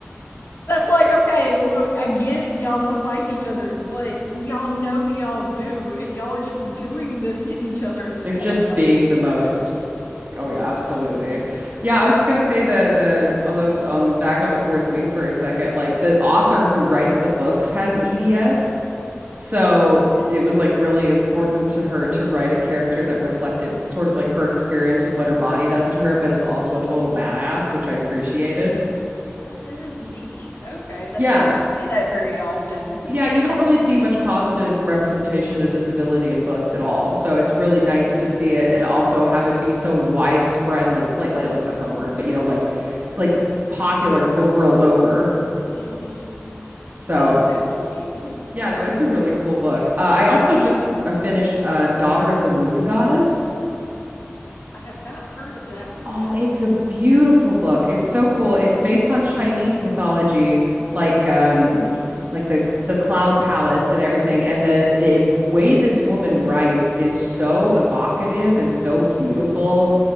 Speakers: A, on the left; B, on the right.
A: That's like, okay, look, I get y'all don't like each other, but y'all know y'all do. And y'all are just doing this to each other at this
B: They're
A: point.
B: just
A: Like,
B: being the
A: <sighs>
B: most. Oh yeah, absolutely.
A: <laughs>
B: Yeah, I was gonna say the the on the on back on the fourth wing for a second, like the author who writes the books has EDS, so it was like really important to her to write a character that reflected sort of like her experience with what her body does to her, but is also a total badass, which I appreciated.
A: oh, that is neat. Okay. That
B: Yeah,
A: you don't see that very often.
B: Yeah, you don't really see much positive representation of disability in books at all. So it's really nice to see it and also have it be so widespread like like like, like that's not a word, but you know like like popular the world over.
A: <laughs> hmm
B: So
A: That is definitely neat. <laughs>
B: yeah, no, it's a really cool book. Uh, I also just uh, finished uh, Daughter of the Moon Goddess.
A: I have not heard of that one
B: Oh,
A: yet.
B: it's a beautiful book. It's so cool. It's based on Chinese mythology, like um like the the cloud palace and everything. And the the way this woman writes is so evocative and so beautiful.